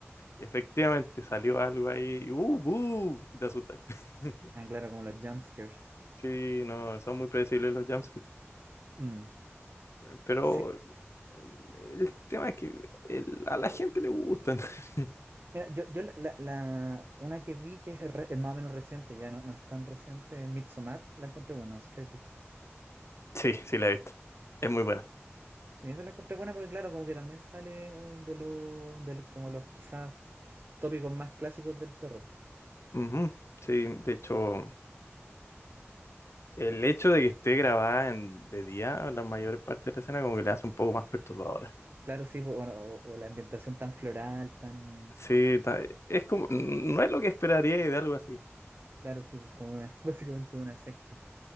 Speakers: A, on the left; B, on the right.
A: Y efectivamente salió algo ahí. y ¡Uh, buh! Y te asustas. <laughs>
B: Ah, claro, como los jumpscares.
A: Sí, no, son muy predecibles los jumpscares.
B: Mm,
A: Pero
B: sí.
A: eh, el tema es que el- a la gente le gustan. <laughs>
B: Mira, yo, yo la, la- la- una que vi que es, re- es más o menos reciente, ya no, no es tan reciente, es Midsommar, la encontré buena, no sé si la has visto.
A: Sí, sí, la he visto. Es muy buena.
B: Sí, esa la encontré buena porque claro, como que también sale de los, de lo- como los quizás tópicos más clásicos del terror.
A: Ujú, Sí, de hecho, el hecho de que esté grabada en, de día, la mayor parte de la escena, como que le hace un poco más perturbadora.
B: Claro, sí, pues, bueno, o, o la ambientación tan floral, tan...
A: Sí, ta- es como, no es lo que esperaría de algo así.
B: Claro, sí, pues como una, <laughs> básicamente una secta.